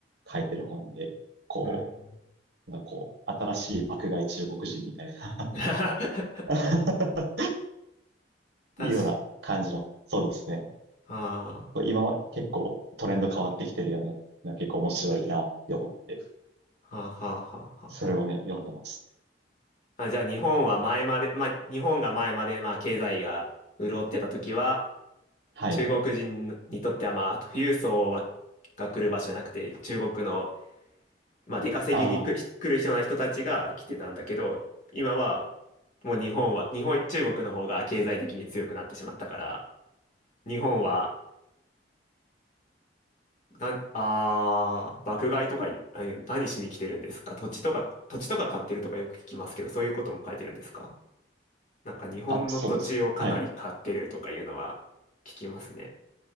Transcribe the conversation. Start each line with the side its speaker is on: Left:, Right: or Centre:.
Right: 書いてる本で、こ
Left: うん。
Right: う、なんかこう、新しい爆買い中国人みたいな
Left: <laughs>
Right: <laughs>
Left: 確か、
Right: いうような感じの、そうですね。
Left: あ
Right: こう今は結構トレンド変わってきてるよね。なんか結構面白いなって思って、
Left: あ、はあはあはあはあは
Right: それをね、読んでます。
Left: あ。あ、じゃあ日本は前まで、まあ日本が前までまあ経済が潤ってた時は、
Right: はい。
Left: 中国人にとってはまあ富裕層はが来る場所じゃなくて、中国のまあ出稼ぎに来来る人な人たちが来てたんだけど、
Right: あー
Left: 今はもう日本は、日本、中国の方が経済的に強くなってしまったから、日本は、な、あー、爆買いとかあ、いう何しに来てるんですか土地とか、土地とか買ってるとかよく聞きますけど、そういうことも書いてるんですかなんか日本の土地をかなり買ってるとかいうのは聞きますね。
Right: あ、そうです。はい。